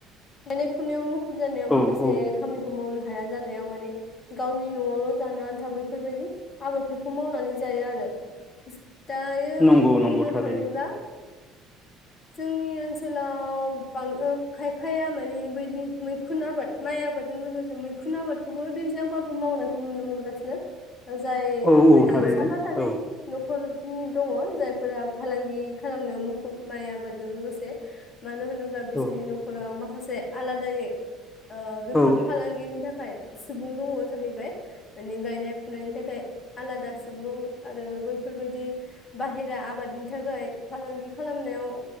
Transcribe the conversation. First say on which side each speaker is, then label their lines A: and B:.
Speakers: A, on the left; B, on the left.
A: गायनाय फुनायाव मुखुब जानायाव माखासे
B: औ औ
A: खामानिखौ मावनो हाया जानायाव माने गावनि न'आवल' जानो आन्था बेैफोरबायदि आबादफोरखौ मावनानै जायो आरो दायो
B: नंगौ
A: बुंनो
B: नंगौ थारैनो
A: थाङोब्ला जोंनि ओनसोलाव बां ओ खायफाया माने बैदि मैखुन आबाद माइ आबादजों लोगोसे मैखुन आबादखौबो दैज्लांबाबो मावनायखौ नुनो मोनगासिनो। जाय
B: औ औ
A: माने
B: थारैनो
A: साफा सानै
B: औ
A: न'खरनि दङ जायफोरा फालांगि खालामनायाव मुखुब माइ आबादजों लोगोसे मानो होनोब्ला बिसोरनि
B: औ
A: न'खराव माखासे आलादायै ओ बेफोर
B: औ
A: फालांगिनि थाखाय सुबुं दङ जाहैबाय माने गायनाय फुनायनि थाखाय आलादा सुबुं आरो बैफोरबायदि बाहेरा आबादनि थाखाय फालांगि खालामनायाव